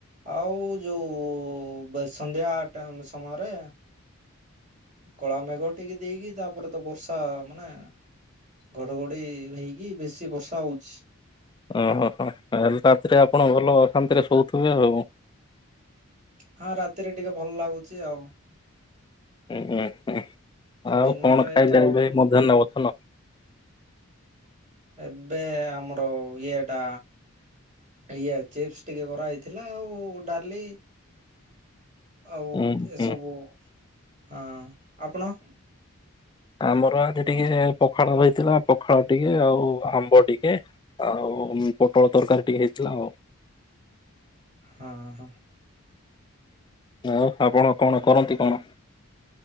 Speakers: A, on the right (about 35°); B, on the left (about 20°).
A: ଆଉ ଯୋଉ ବେ ସନ୍ଧ୍ୟା ଆଟା ସମୟ ଘରେ କଳା ମେଘ ଟିକେ ଦେଇକି ତାପରେ ତ ବର୍ଷା ମାନେ ଘଡଘଡି ହେଇକି ବେଶୀ ବର୍ଷା ହଉଛି।
B: ଓହୋ ତାହେଲେ ରାତିରେ ଆପଣ ଭଲ ଶାନ୍ତିରେ ଶୋଉଥିବେ ଆଉ।
A: ହଁ ରାତିରେ ଟିକେ ଭଲ ଲାଗୁଛି ଆଉ।
B: ଉୁଁଁ ହୁଁ ଆଉ
A: ଦିନରେ
B: କଣ ଖାଇଲେ
A: ତ
B: ଏବେ ମଧ୍ୟାହ୍ନ ଭୋଜନ।
A: ଏବେ ଆମର ଇଏଟା ଇଏ ଚିପ୍ସ ଟିକେ କରାହେଇଥିଲା ଆଉ ଡାଲି ଆଉ
B: ହୁଁ
A: ଏସବୁ
B: ହୁଁ
A: ହଁ ଆପଣ
B: ଆମର ଆଜି ଟିକେ ପଖାଳ ରହିଥିଲା ପଖାଳ ଟିକେ ଆଉ ଆମ୍ବ ଟିକେ ଆଉ ପୋଟଳ ତରକାରୀ ଟିକେ ହେଇଥିଲା ଆଉ
A: ହଁ ହଁ।
B: ଆଉ ଆପଣ କଣ କରନ୍ତି। କଣ?